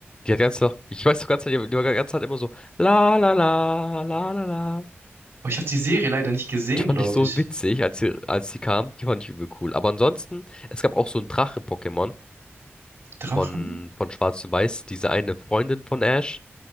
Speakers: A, on the left (about 20°); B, on the right (about 80°).
A: die hat ganze Zeit, ich weiß so ganze Zeit, die war ganze Zeit immer so, la la la, la la la.
B: Aber ich habe die Serie leider nicht gesehen,
A: Die fand
B: glaube
A: ich so
B: ich.
A: witzig, als sie, als sie kam. Die fand ich übel cool. Aber ansonsten, es gab auch so ein Drachen-Pokémon
B: Drachen?
A: von, von Schwarz und Weiß. Diese eine Freundin von Ash,